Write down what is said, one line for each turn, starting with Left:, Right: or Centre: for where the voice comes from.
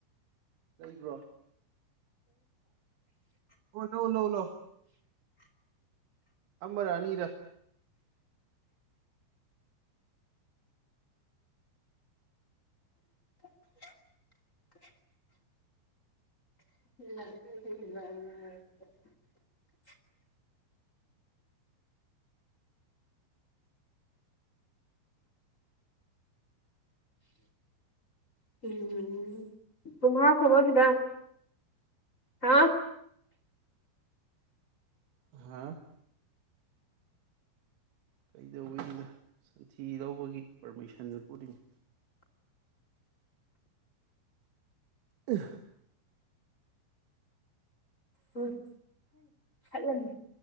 Right: ꯂꯩꯕ꯭ꯔꯣ ꯑꯣ ꯂꯧ ꯂꯧ ꯂ ꯑꯃꯃꯔꯅꯤꯔ
Left: <unintelligible> <unintelligible> ꯎꯝ ꯇꯨꯡꯥꯎ ꯈꯕꯔ ꯁꯤꯗ ꯍꯥ
Right: ꯍꯥ ꯀꯩꯗꯧꯕꯗ ꯁꯟꯊꯤ ꯂꯧꯕꯒꯤ ꯄꯥꯔꯃꯤꯁꯟꯗꯨ ꯎꯔꯤꯅꯤ ꯑ
Left: ꯎꯝ ꯎꯝꯜꯂ